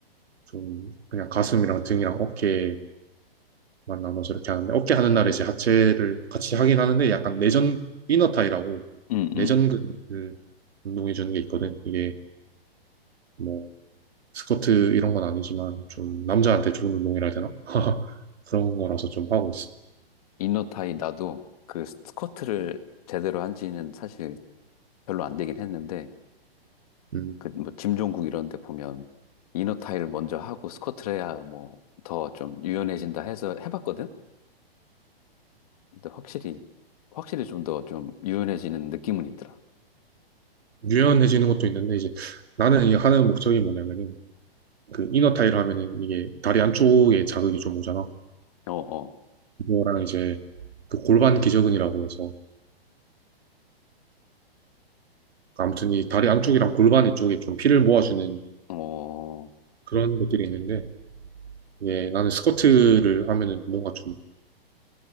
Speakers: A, on the right; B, on the left.
A: 좀 그냥 가슴이랑 등이랑 어깨만 나눠서 이렇게 하는데 어깨 하는 날에 이제 하체를 같이 하긴 하는데 약간 내전 이너타이라고
B: 응,
A: 내전근을
B: 응.
A: 운동해 주는 게 있거든. 이게 뭐 스쿼트 이런 건 아니지만 좀 남자한테 좋은 운동이라 해야 되나? <laughs> 그런 거라서 좀 하고 있어.
B: 이너타이 나도 그 스쿼트를 제대로 한 지는 사실 별로 안 되긴 했는데
A: 음,
B: 그 뭐 짐종국 이런 데 보면 이너타이를 먼저 하고 스쿼트를 해야 뭐 더 좀 유연해진다 해서 해봤거든? 근데 확실히 확실히 좀 더 좀 유연해지는 느낌은 있더라.
A: 유연해지는 것도 있는데 이제 나는 이 하는 목적이 뭐냐면은 그 이너 타일 하면은 이게 다리 안쪽에 자극이 좀 오잖아.
B: 어, 어,
A: 그거랑 이제 그 골반 기저근이라고 해서 아무튼 이 다리 안쪽이랑 골반 이쪽에 좀 피를 모아주는
B: 어,
A: 그런 것들이 있는데 이게 나는 스쿼트를 하면은 뭔가 좀